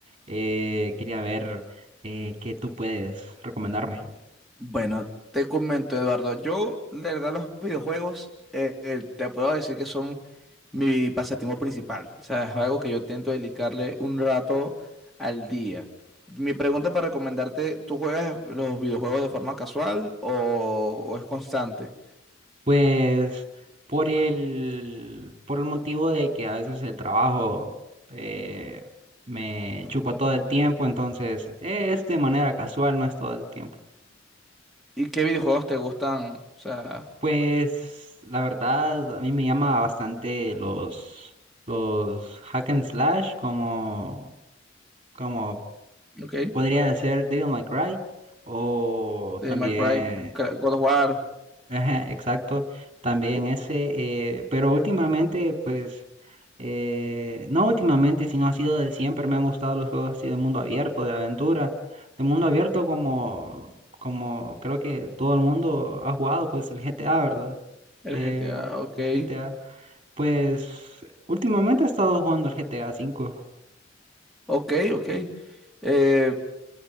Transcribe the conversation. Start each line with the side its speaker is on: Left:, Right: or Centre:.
Right: eh, quería ver eh, qué tú puedes recomendarme.
Centre: Bueno, te comento, Eduardo, yo, la verdad, los videojuegos, eh, eh, te puedo decir que son mi pasatiempo principal. O sea, es algo que yo intento dedicarle un rato al día. Mi pregunta para recomendarte, ¿tú juegas los videojuegos de forma casual o, o es constante?
Right: Pues por el, por el motivo de que a veces el trabajo eh, me
Centre: Ujú.
Right: chupa todo el tiempo, entonces es de manera casual, no es todo el tiempo.
Centre: ¿Y qué videojuegos te gustan? O sea,
Right: Pues la verdad, a mí me llama bastante los, los hack and slash, como, como
Centre: ok,
Right: podría ser Devil May Cry, o
Centre: de
Right: también
Centre: Minecraft, God of War,
Right: Ajá, exacto, también
Centre: que-
Right: ese, eh, pero últimamente, pues, eh, no últimamente, sino ha sido de siempre, me han gustado los juegos así de mundo abierto, de aventura, de mundo abierto como, como creo que todo el mundo ha jugado, pues el GTA, ¿verdad?
Centre: el
Right: Eh,
Centre: GTA, ok,
Right: el GTA, pues, últimamente he estado jugando el GTA cinco
Centre: ok, ok. Eh,